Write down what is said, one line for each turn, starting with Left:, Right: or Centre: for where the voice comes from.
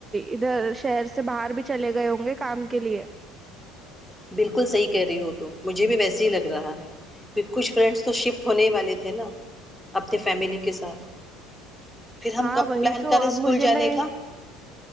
Right: ادھر شہر سے باہر بھی چلے گئے ہوں گے کام کے لیے
Centre: بالکل صحیح کہہ رہی ہو تو مجھے بھی ویسے ہی لگ رہا ہے کہ کچھ فرینڈس تو شفٹ ہونے والے تھے نا اپنی فیملی کے ساتھ پھر ہم
Right: ہاں
Centre: کب
Right: وہی
Centre: پلان
Right: تو
Centre: کریں اسکول
Right: اب مجھے
Centre: جانے
Right: نہیں
Centre: کا